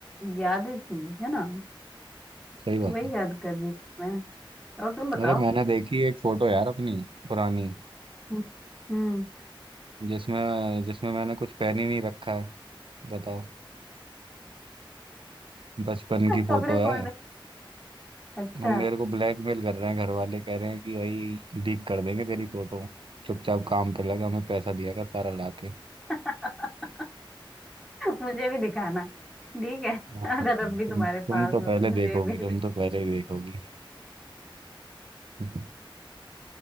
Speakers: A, in the centre; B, on the right.
A: यादें थी है ना
B: सही बात
A: तो वही
B: है
A: याद कर रही थी मैं और तुम बताओ
B: अरे मैंने देखी एक फोटो यार अपनी पुरानी
A: हम्म हम्म,
B: जिसमें जिसमें मैंने कुछ पहन ही नहीं रखा है बताओ बचपन
A: <laughs>
B: की
A: कपड़े
B: फोटो है
A: कौन से- अच्छा
B: हम मेरे को ब्लैकमेल कर रहे हैं घर वाले कह रहे हैं कि भाई लीक कर देंगे तेरी फोटो चुपचाप काम पे लगा हमें पैसा दिया कर सारा लाके
A: <laughs> मुझे भी दिखाना ठीक है
B: हाँ,
A: <laughs> अगर अब भी
B: तुम
A: तुम्हारे पास
B: तुम तो
A: हो
B: पहले
A: तो मुझे
B: देखोगी
A: भी
B: तुम तो पहले ही देखोगी <laughs>